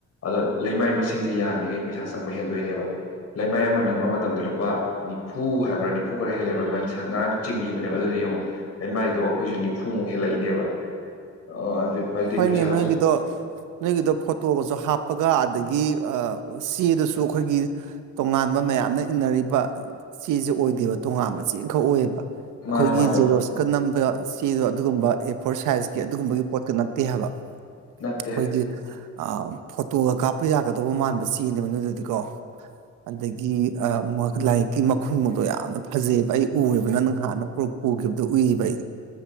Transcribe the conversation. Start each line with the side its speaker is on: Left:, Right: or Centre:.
Left: ꯑꯗꯥ ꯂꯩꯃꯥꯏ ꯃꯁꯤꯡꯖ‌ꯦ ꯌꯥꯝꯃꯤꯉꯩ ꯄꯩꯁꯥ ꯆꯪꯕ ꯍꯦꯟꯗꯣꯏꯅꯦꯕ ꯂꯩꯃꯥꯏ ꯑꯃ ꯅꯝꯕ ꯃꯇꯝꯗ ꯄꯥ ꯅꯤꯐꯨ ꯍꯥꯏꯕ꯭ꯔꯥ ꯅꯤꯐꯨ ꯈꯔꯥ ꯍꯦꯜ ꯍꯥꯏꯕ꯭ꯔꯥ ꯑꯗꯨꯃꯥꯏꯅ ꯉꯔꯥꯡ ꯆꯤꯡꯒꯤꯕꯅꯦꯕ ꯑꯗꯨꯗꯤ ꯌꯦꯡꯉꯨ ꯂꯩꯃꯥꯏꯗꯣ ꯑꯩꯈꯣꯏꯁꯨ ꯅꯤꯐꯨꯃꯨꯛ ꯍꯦꯜꯂꯛꯏꯅꯦꯕ ꯑ ꯑꯗꯨ ꯍꯥꯏꯗꯤ
Right: ꯐꯩꯅꯦ
Left: ꯄꯩꯁꯥꯗꯣ
Right: ꯅꯣꯏꯒꯤꯗꯣ ꯅꯣꯏꯒꯤꯗ‌ꯣ ꯐꯣꯇꯣꯒꯁꯨ ꯍꯥꯞꯄꯒ ꯑꯗꯒꯤ ꯑ ꯆꯦꯗꯨꯁꯨ ꯑꯩꯈꯣꯏꯒꯤ ꯇꯣꯉꯥꯟꯕ ꯃꯌꯥꯝꯅ ꯏꯟꯅꯔꯤꯕ ꯆꯦꯁꯦ ꯑꯣꯏꯗꯦꯕ ꯇꯣꯉꯥꯟꯕ ꯆꯦꯈꯛ ꯑꯣꯏꯌꯦꯕ ꯑꯩꯈꯣꯏꯒꯤ
Left: ꯃꯥꯅꯦ ꯃꯥꯅꯦ
Right: ꯖꯦꯔꯣꯁꯀ ꯅꯝꯕ ꯆꯦꯗꯣ ꯑꯗꯨꯒꯨꯝꯕ ꯑꯦ ꯐꯣꯔ ꯁꯥꯏꯖꯀꯤ ꯑꯗꯨꯒꯨꯝꯕꯒꯤ ꯄꯣꯠꯀ ꯇꯦ ꯍꯥꯏꯕ ꯑꯩꯈꯣꯏꯒꯤ
Left: ꯅꯠꯇꯦ
Right: ꯑ ꯐꯣꯇꯣꯒ ꯀꯥꯞꯄ ꯌꯥꯒꯗꯧꯕ ꯃꯥꯟꯕ ꯆꯦꯅꯦꯕ ꯅꯗꯗꯤꯀꯣ ꯑꯗꯒꯤ ꯂꯥꯏꯔꯤꯛꯀꯤ ꯃꯈꯨꯝꯗꯣ ꯌꯥꯝꯅ ꯐꯖꯩꯑꯕ ꯑꯩ ꯎꯔꯦꯕꯅ ꯅꯪ ꯍꯥꯟꯅ ꯄꯨ ꯄꯨꯈꯤꯕꯗꯨꯣ ꯎꯏꯕ ꯑꯩ